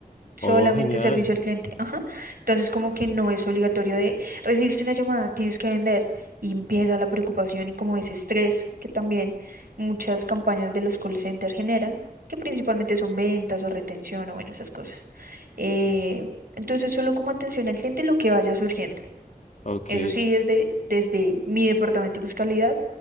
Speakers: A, on the right; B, on the left.
A: solamente
B: Oh, genial.
A: servicio al cliente, <laughs> ajá. Entonces como que no es obligatorio de, recibiste una llamada, tienes que vender. Y empieza la preocupación y como ese estrés que también muchas campañas de los call centers generan, que principalmente son ventas o retención o bueno, esas cosas. Eh,
B: Sí.
A: entonces solo como atención al cliente lo que vaya surgiendo.
B: Ok,
A: Eso sí, desde, desde mi departamento que es calidad,